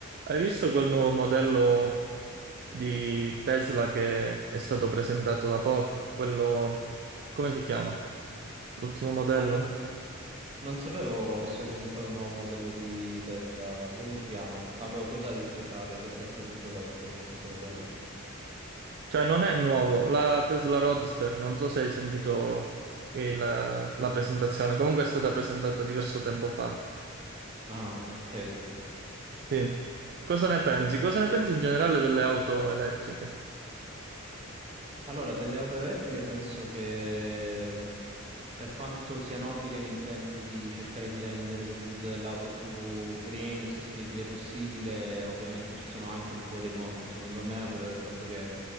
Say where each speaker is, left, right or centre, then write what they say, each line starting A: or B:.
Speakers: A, on the right (about 50°); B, on the right (about 30°).
A: Hai visto quel nuovo modello di Tesla che è stato presentato da poco? Quello, come si chiama? L'ultimo modello?
B: Ah, non, s- non sapevo avesse presentato il nuovo modello di Tesla. Come si chiama? Ma co- cosa di speciale? Cosa è stato introdotto con questo modello?
A: Cioè, non è nuovo, la Tesla Roadster, non so se hai sentito che la, la presentazione, comunque è stata presentata diverso tempo fa.
B: Ah, ok.
A: Sì. Cosa ne pensi? Cosa ne pensi in generale delle auto elettriche?
B: Allora, delle auto elettriche penso che mh, per quanto sia nobile l'intento di cercare di rendere l'utilizzo dell'auto più green e sostenibile possibile, ovviamente ci sono anche un po' dei contro, secondo me, ovvero del fatto che